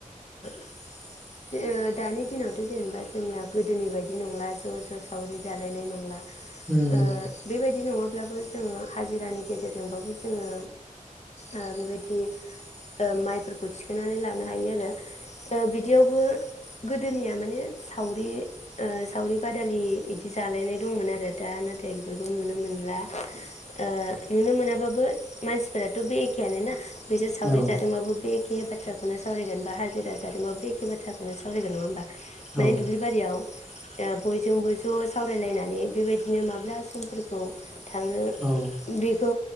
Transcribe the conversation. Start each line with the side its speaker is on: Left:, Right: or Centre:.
Left: दे ओ दानि दिनावथ' जेनेबा जोंनिया गोदोनि बायदि नंला ज' ज' सावरि जालायनाय नंला
Centre: उम
Left: ओ बेबाय दि नङाब्लाबो जोङो हाजिरानि गे जेरजोंबाबो जोङो आ बेबायदि माइफोरखौ थिखांनानै लानो हायो आरो बिदियावबो गोदोनिया माने सावरि ओ सावरि बादालि बिदि जालायनाय दंमोन आरो दा नाथाय बेफोरखौ नुनो मोनला। ओ नुनो मोनाबाबो मानसिफोराथ' बे एखेयानो ना बैजों सावरि
Centre: औ
Left: जादोंबाबो बेखेब बाथ्राखौनो सावरायगोन बा हाजिरा जादोंबा बे एखे बाथ्राखौ सावरायगोन। नङा होमबा?
Centre: औ
Left: माने दुब्लि बारियाव ओ बयजोंबो ज' सावरायलायनानै बेबायदिनो माब्ला समफोरखौ थाङो
Centre: औ
Left: बे थ'